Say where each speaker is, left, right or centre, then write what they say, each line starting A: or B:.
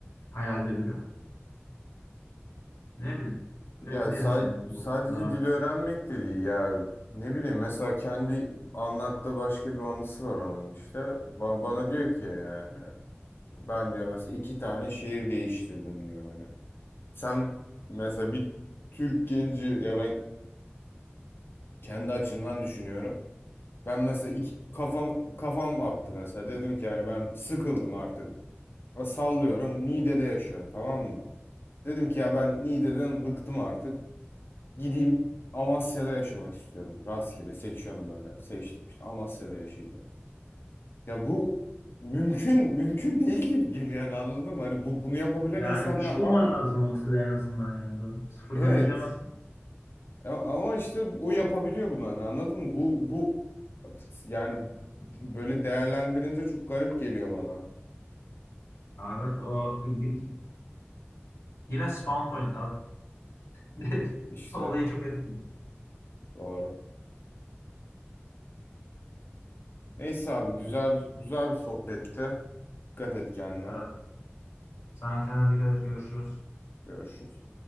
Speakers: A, on the left (about 90°); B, on the left (about 55°).
A: Hayalde bile. Ne bileyim.
B: Ya
A: Emin
B: sa-
A: değilim şeyden
B: sadece
A: bu- bunlara.
B: dil öğrenmek de değil ya ne bileyim mesela kendi anlattığı başka bir anısı var onun işte Ba- bana diyor ki yani ben diyor mesela iki tane şehir değiştirdim diyor hani. Sen mesela bir Türk genci ya ben kendi açımdan düşünüyorum. Ben mesela iki, kafam kafam attı mesela. Dedim ki yani ben sıkıldım artık. A, Sallıyorum. Niğde'de yaşıyorum tamam mı? Dedim ki ya ben Niğde'den bıktım artık. Gideyim Amasya'da yaşamak istiyorum. Rastgele seçiyorum böyle. Seçtim işte Amasya'da yaşayacağım. Ya bu mümkün mümkün değil gibi geliyor yani anladın mı? Hani bu bunu yapabilen
A: Yani
B: insanlar
A: iş
B: var
A: bulman
B: mı?
A: lazım olması da en azından yani. Böyle sıfırdan
B: Evet.
A: yaşayamazsın.
B: A- Ama işte o yapabiliyor bunu hani anladın mı? Bu bu yani böyle değerlendirince çok garip geliyor bana.
A: Ha, Evet o ilginç. Yine spawn point abi. <laughs>
B: İşte
A: Olayı çok etkili.
B: doğru. Neyse abi güzel güzel bir sohbetti. Dikkat et kendine.
A: Evet. Sana kendine dikkat et. Görüşürüz.
B: Görüşürüz.